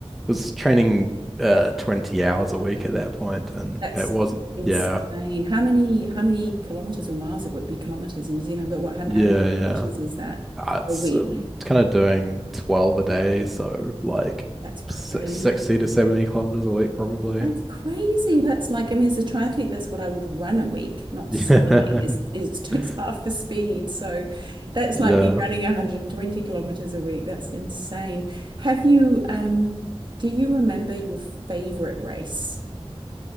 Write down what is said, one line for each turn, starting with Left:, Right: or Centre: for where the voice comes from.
Centre: was training uh 20 hours a week at that point, and
Right: That's
Centre: it wasn't.
Right: insane.
Centre: Yeah,
Right: How many how many kilometers or miles it would be kilometers in New Zealand, but what how,
Centre: yeah,
Right: how many
Centre: yeah.
Right: kilometers is that
Centre: Uh, it's
Right: a week?
Centre: uh, kind of doing 12 a day, so like
Right: That's crazy.
Centre: six, 60 to 70 kilometers a week probably.
Right: That's crazy. That's like I mean, as a triathlete, that's what I would run a week, not
Centre: Yeah.
Right: swimming. Is is <laughs> it's
Centre: <laughs>
Right: half the speed. So that's
Centre: Yeah.
Right: like me running 120 kilometers a week. That's insane. Have you um do you remember your favorite race?